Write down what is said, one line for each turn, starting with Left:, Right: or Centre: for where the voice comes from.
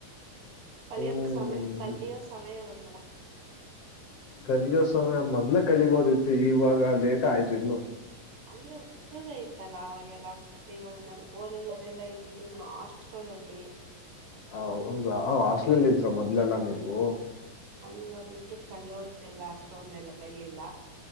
Right: ಕಲಿಯೋ
Left: ಹ್ಮ್
Right: ಸಮಯ ಕಲಿಯೋ ಸಮಯ ಬಂದಲ್ಲ
Left: ಕಲಿಯೋ ಸಮಯ ಮೊದ್ಲೇ ಕಲಿಬೋದಿತ್ತು ಇವಾಗ ಲೇಟ ಆಯ್ತು ಇನ್ನು
Right: ಅಂದ್ರೆ ಓದೋದೇ ಇತ್ತಲ್ಲ ಅವಾಗೆಲ್ಲ ಮತ್ತೆ ಇವಾಗ ನ ಓದೋದು ಅದೆಲ್ಲ ಇದ್ದಿದ್ದು ನಮ್ಮ ಹಾಸ್ಟೆಲ್ಲ್ಲಿ
Left: ಹ ಹೌದಾ ಹಾಸ್ಲೇಲ್ ಇದ್ರ ಮೊದ್ಲೆಲ್ಲ ನೀವು
Right: ಅಲ್ಲಿ ನೋೋಗಬಿಟ್ಟು ಕಲಿಯೋದೆಲ್ಲ ಅಷ್ಟೊ ಎಲ್ಲ ಇರ್ಲಿಲ್ಲ